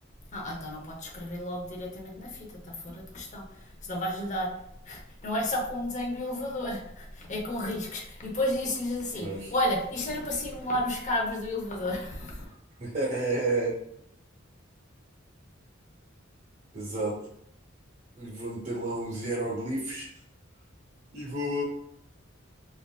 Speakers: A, on the left; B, on the right.
A: Ah, então não podes escrever logo diretamente na fita, está fora de questão. Senão vais lhe dar. <laughs> Não é só com o desenho do elevador, <laughs> é com riscos. E depois disse-lhes assim:
B: Pois.
A: Olha, isto era para simular os cabos do elevador. <laughs>
B: <laughs> Exato. Vou meter lá uns hieroglifos. E vou.